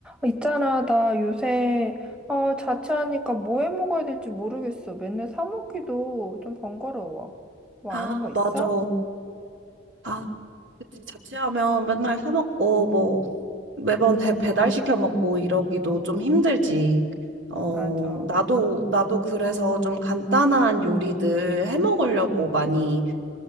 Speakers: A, in the centre; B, on the right.
A: 있잖아, 나 요새 어, 자취하니까 뭐 해 먹어야 될지 모르겠어. 맨날 사 먹기도 좀 번거로워. 뭐
B: 아,
A: 아는 거 있어?
B: 맞아. 아, 그치. 자취하면 맨날 사 먹고, 뭐, 매번 대, 배달시켜 먹고 이러기도 좀 힘들지. 어,
A: 맞아.
B: 나도, 나도 그래서 좀 간단한 요리들 해 먹으려고 많이